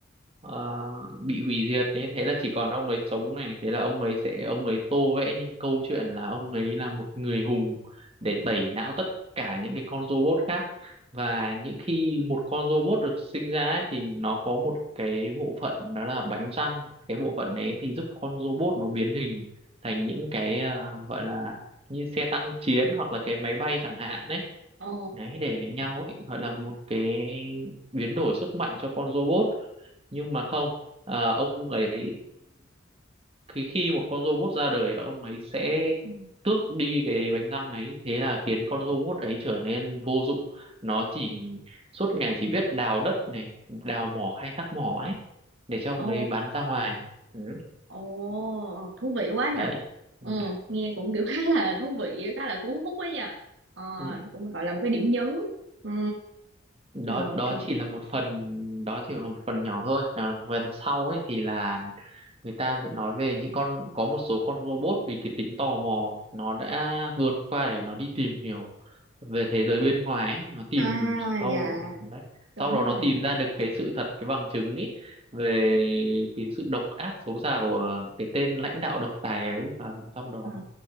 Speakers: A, on the right; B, on the right.
A: ờ, bị hủy diệt ấy thế là chỉ còn ông ấy sống này thế là ông ấy sẽ ông ấy tô vẽ những câu chuyện là ông ấy là một người hùng để tẩy não tất cả những cái con robot khác và những khi một con robot được sinh ra ấy, thì nó có một cái bộ phận đó là bánh răng cái bộ phận ấy thì giúp con robot nó biến hình thành những cái ờ, gọi là như xe tăng chiến hoặc là cái máy bay chẳng hạn đấy
B: ồ
A: đấy để đánh nhau ấy gọi là một cái biến đổi sức mạnh cho con robot nhưng mà không à, ông ấy khi khi một con robot ra đời ông ấy sẽ
B: ừ.
A: tước đi cái bánh răng ấy thế là khiến con robot ấy trở nên vô dụng nó chỉ suốt ngày chỉ biết đào đất này đào mỏ khai thác mỏ ấy để cho ông
B: ồ
A: ấy bán ra ngoài ừ.
B: ồ thú vị quá nhờ
A: đấy Ừ.
B: ừ. nghe cũng kiểu <laughs> khá là thú vị khá là cuốn hút ấy nhờ ờ,
A: <laughs>
B: nó cũng gọi là một cái điểm nhấn ừ.
A: đó
B: rồi
A: đó
B: thì.
A: chỉ là một phần đó chỉ là một phần nhỏ thôi à, phần sau ấy thì là người ta vẫn nói về những con có một số con robot vì cái tính tò mò nó đã vượt qua để nó đi tìm hiểu về thế giới bên ngoài ấy. nó tìm
B: À
A: sau
B: dạ
A: đấy
B: đúng
A: sau đó
B: rồi
A: nó tìm ra được cái sự thật cái bằng chứng ấy về cái sự độc ác xấu xa của cái tên lãnh đạo độc tài ấy và sau đó
B: à,